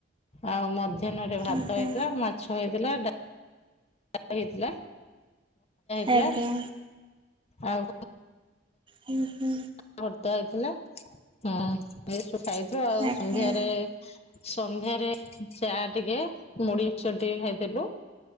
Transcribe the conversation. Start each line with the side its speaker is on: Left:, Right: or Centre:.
Left: ଆଉ ମ ମଧ୍ୟାହ୍ନରେ ଭାତ
Right: ଆଜ୍ଞା
Left: ହେଇଥିଲା ମାଛ ହେଇଥିଲା ଡା <inaudible> ହେଇଥିଲା ହେଲା
Right: ଆଜ୍ଞା
Left: ଆଉ
Right: ହୁଁ ହୁଁ
Left: ଭର୍ତା ହେଇଥିଲା ହ ଏ ସବୁ ଖାଇଚୁ ଆଉ
Right: ଆଜ୍ଞା
Left: ସନ୍ଧ୍ୟାରେ ସନ୍ଧ୍ୟାରେ ଚା ଟିକେ ମୁଢ଼ି ମିକ୍ଚର ଟିକେ ଖାଇଥିଲୁ।